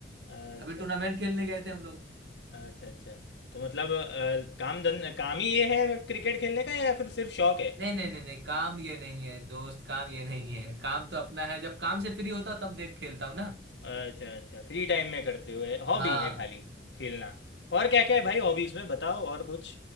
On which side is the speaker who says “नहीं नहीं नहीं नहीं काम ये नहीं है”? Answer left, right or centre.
Right